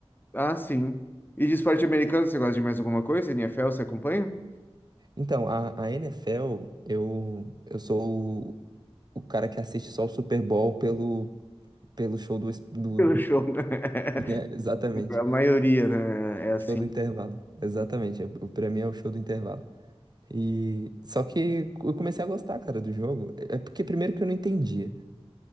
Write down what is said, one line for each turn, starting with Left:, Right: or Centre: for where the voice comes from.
Left: Ah, sim. E de esporte americano, você gosta de mais alguma coisa? NFL, você acompanha?
Right: Então, a, a NFL, eu, eu sou o, o cara que assiste só o Super Bowl pelo, pelo show do, es- do,
Left: Pelo show, né?
Right: né, <laughs> exatamente,
Left: <laughs> A maioria, né? É assim.
Right: show do intervalo, exatamente, é, pra mim é o show do intervalo. E só que eu comecei a gostar, cara, do jogo. É porque primeiro que eu não entendia.